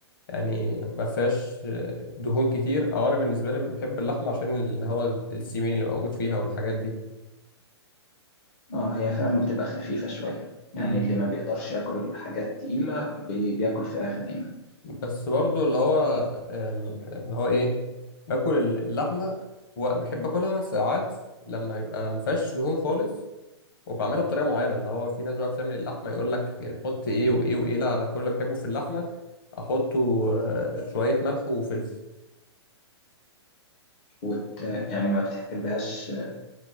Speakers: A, on the left (about 50°); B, on the left (about 20°).
A: يعني ما فيهاش دهون كتير او انا بالنسبه لي مش بحب اللحمه عشان اللي هو السمين اللي موجود فيها والحاجات دي
B: اه هي فعلا بتبقى خفيفه شويه يعني
A: امم
B: اللي ما بيقدرش ياكل حاجات تقيله بي- بياكل فراخ دايما
A: بس برضو اللي هو ال- اللي هو ايه باكل اللحمه وبحب اكلها ساعات لما يبقى ما فيهاش دهون خالص وبعملها بطريقه معينه اللي هو في ناس بقى بتعمل اللحمه يقول لك حط ايه وايه وايه لا انا كل اللي بحبه في اللحمه احطه آه، شويه ملح وفلفل
B: وت... يعني ما بتحبهاش آه،